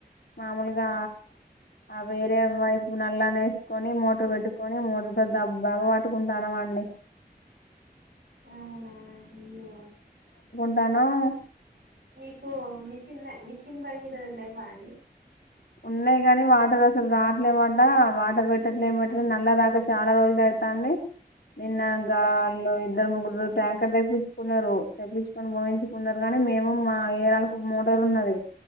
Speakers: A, on the left; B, on the right.
A: మామూలుగా ఆ వేరే వైపు నల్లనే కొని మోటర్ బెట్టుకొని మోటర్ డబ్బలా పట్టుకుంటానమండి
B: అవునా అయ్యె
A: దను <unintelligible>
B: మీకు మిషిన్ మిషిన్ <unintelligible> లెవ్వా అండి
A: ఉన్నాయి కాని వాటర్ అసలు రావట్లేమట వాటర్ పెట్టట్లేమంటే నల్ల రాక చాలా రోజులు ఐతాంది నిన్న గాళు ఇద్దరు ముగ్గురు ట్యాంకర్ తెప్పించుకున్నారు తెప్పించుకొని పోయించుకున్నారు కానీ మేము మా ఏరాల మోటరు ఉన్నది